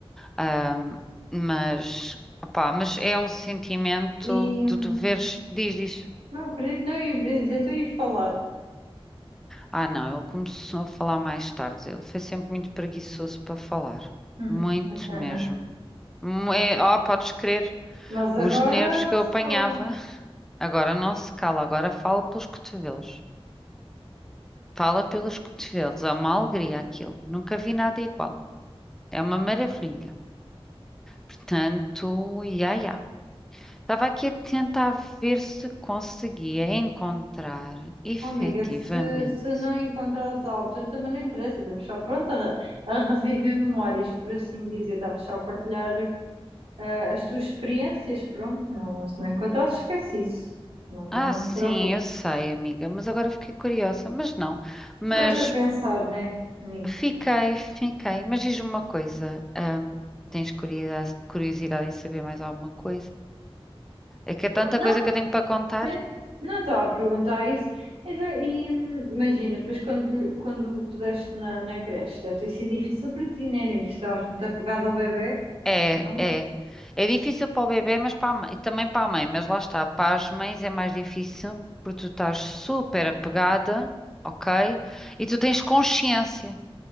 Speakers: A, in the centre; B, on the right.
A: Ahm, mas, opá, mas é um sentimento
B: E. hum,
A: de deveres. Diz, diz.
B: Não, acredito, não ia dizer, estou a ir falar. <laughs>
A: Ah, não, ele começou a falar mais tarde. Ele foi sempre muito preguiçoso para falar.
B: Hum,
A: Muito
B: Sacana.
A: mesmo. Mu- É, oh, podes crer,
B: Mas agora
A: os nervos
B: não
A: que
B: se
A: eu apanhava.
B: cala.
A: <laughs> Agora não se cala, agora fala pelos cotovelos. Fala pelos cotovelos, é uma alegria aquilo. Nunca vi nada igual. É uma maravilha. Portanto, ia, ia. Estava aqui a tentar ver se conseguia encontrar efetivamente.
B: Oh, amiga, se, se não encontrares a altura, também não interessa. Estamos só pronto a, re- a reviver memórias, por assim dizer. Estava só a partilhar ah, as tuas experiências, pronto, não, se não encontrares, esquece isso. Não, também
A: Ah,
B: não
A: sim,
B: te preocupes.
A: eu sei, amiga, mas agora fiquei curiosa. Mas não, mas
B: Ficaste a pensar, né, nisso.
A: fiquei, fiquei. Mas diz-me uma coisa: ahm, tens curiosidade, curiosidade em saber mais alguma coisa? É que é tanta
B: Não,
A: coisa que eu tenho para contar.
B: sim, não estava a perguntar isso. Então, e hum, imagina, depois quando, lhe- quando o puseste na, na creche, deve ter sido difícil para ti, né? Inês? Estavas muito apegado ao bebê?
A: É,
B: Não?
A: é. É difícil para o bebê, mas para a mãe, e também para a mãe, mas lá está, para as mães é mais difícil porque tu estás super apegada, ok? E tu tens consciência,